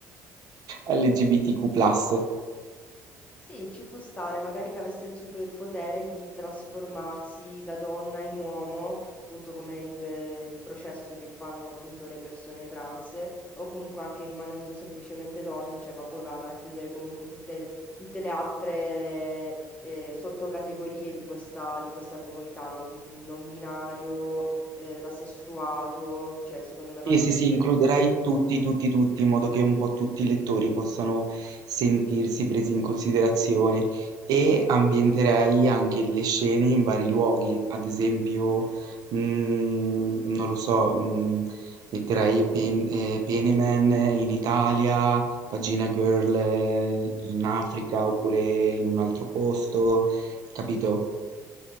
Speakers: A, on the right; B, on the left.
A: LGBTQ+, <laughs>
B: Sì, ci può stare, magari che avesse il superpotere di trasformarsi da donna in uomo, appunto come il, il processo che fanno appunto le persone trans, o comunque anche rimanendo semplicemente donna, cioè va poi va a racchiudere comunque tutte, le- tutte le altre eh, sottocategorie di questa, di questa comunità, no? Quindi il non binario, eh, l'asessuato, cioè secondo me
A: Sì,
B: va a descrivere
A: sì, sì, includerai
B: poi tutto un po'.
A: tutti, tutti, tutti, in modo che un po' tutti i lettori possano sentirsi presi in considerazione e ambienterei anche le scene in vari luoghi, ad esempio, mm, non lo so, mm, metterai Pen eh, Peneman in Italia, Pagina Girl eh, in Africa oppure in un altro posto, capito?